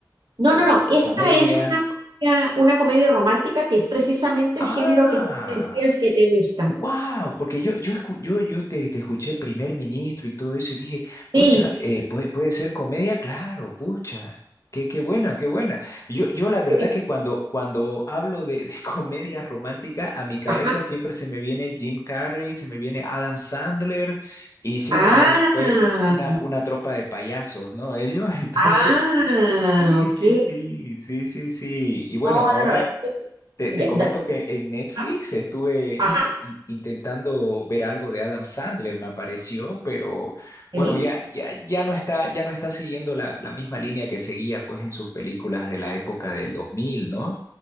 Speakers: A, on the right; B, on the left.
A: No, no,
B: eh,
A: no. Esta
B: comedia?
A: es una, comedia- una comedia romántica que es precisamente
B: Ah.
A: el género que tú me decías que te gusta.
B: Wow, porque yo, yo, escu- yo, yo te, te escuché primer ministro y todo eso y dije, pucha,
A: Sí,
B: eh, puede, puede ser comedia, claro, pucha, qué, qué buena, qué buena. Yo, yo la verdad
A: sí.
B: que cuando, cuando hablo de, de <laughs> comedia romántica, a mi cabeza
A: Ajá.
B: siempre se me viene Jim Carrey, se me viene Adam Sandler y siempre
A: Ah,
B: han sido pues una, una tropa de payasos, ¿no? Ellos, <laughs> entonces,
A: ah,
B: sí,
A: ok.
B: sí, sí, sí, sí, sí. Y bueno,
A: No,
B: ahora...
A: no, no. esto-
B: Te,
A: ya,
B: te comento
A: da-
B: que en Netflix
A: ah,
B: estuve
A: ajá,
B: in- intentando ver algo de Adam Sandler, me apareció, pero
A: ok,
B: bueno, ya, ya, ya no está, ya no está siguiendo la, la misma línea que seguía pues en sus películas de la época del dos mil ¿no?